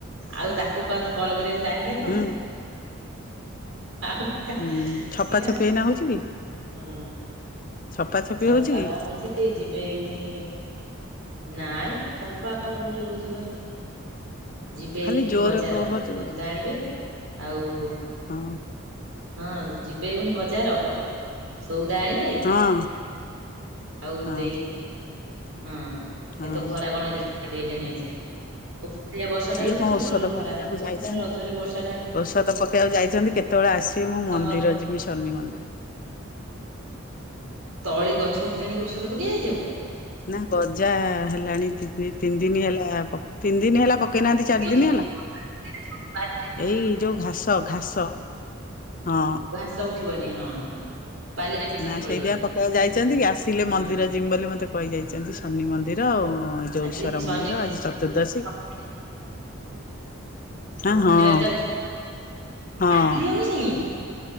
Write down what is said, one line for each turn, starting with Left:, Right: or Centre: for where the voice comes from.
Right: ଆଉ ତାକୁ କଲ କରିବାକୁ ଟାଇମ କେତଳେ?
Left: ହୁଁ
Right: ଆଉ କା
Left: ହୁଁ ଛପା
Right: ଏ
Left: ଛପି
Right: ଆଉ ହୁଁ।
Left: ଏଇନା ହଉଛି କି ଛପା ଛପି
Right: ସପା
Left: ହଉଛି କି
Right: କଁ ହଉଚି ଯିବେ ଏଇ ଖୁଣି। ନା ଲୋ ଚପା ଆଉ କୋଉଠି ହଉଚି ଘରେ। ଯିବେ
Left: ଖାଲି
Right: ଏଇ ଖୁଣି
Left: ଜୋରରେ
Right: ବଜାର
Left: କହ ଜୋରେ
Right: ସଉଦା ଆଣିବେ ଆଉ
Left: ହଁ
Right: ହଁ ଯିବେ ଏଇ ଖୁଣୀ ବଜାର ସଉଦା ଆଣି।
Left: ହଁ।
Right: ଆଉ
Left: ହଁ
Right: ଦେଇ ହଁ
Left: ହଁ
Right: ଏତ ଖରା କଣ ଏତେ ଜୋ ମାଡି ଆଇଲାଣି ଆଜି। ଓଆ ବର୍ଷା ଢାଳୁଚି
Left: ଇଏ କଣ
Right: ସକଳ
Left: ଔଷଧ
Right: ଓଳି ଖରା
Left: ପକେଇବାକୁ
Right: କଉଥିଲା
Left: ଯାଇଛନ୍ତି
Right: ରଜରେ ବର୍ଷା ଢା
Left: ଔଷଧ ପକେଇବାକୁ ଯାଇଚନ୍ତି କେତେବେଳେ ଆସିବେ ମୁଁ ମନ୍ଦିର
Right: ତମର
Left: ଯିବି ଶନି ମନ୍ଦିର।
Right: ତଳି ଗଛ ଉଠିଲାଣିିକି ଔଷଧ ପକେଇଯାଇଚ?
Left: ନା ଗଜା ହେଲାଣି ତିନି ଦିନ ହେଲା ତିନି ଦିନ ହେଲା ପ କେଇନାହାନ୍ତି ଚାରିଦିନି
Right: କି ଔଷଧ
Left: ହେଲା?
Right: ପକେଇବ ବାରିରେ
Left: ଏଇ ଯୋଉ ଘାସ ଘାସ ହଁ।
Right: ଘାସ ଉଠିବନି ହଁ ହଁ। ବାଲିରେ ମିଶେଇକି
Left: ନା
Right: ଗୋଳେଇକି
Left: ସେଇତିପାଇଁ ପକେଇବା ଯାଇଚନ୍ତି କି ଆସିଲେ
Right: ହଁ
Left: ମନ୍ଦିର ଜିମ ବୋଲି ମତେ କହି ଯାଇଚନ୍ତି ଶନି ମନ୍ଦିର ଆଉ। ଯଉ
Right: ଆଜି
Left: ଇଶ୍ୱର
Right: ଶନି
Left: ମନ୍ଦିର ଆଜି ଚତୁର୍ଦ୍ଦଶ
Right: <inaudible> ସବୁ
Left: ହଁ ହଁ
Right: ଶନିବାର ଯାଉଚୁ,
Left: ହଁ
Right: କାଲି ଅମେଶା କିଲୋ?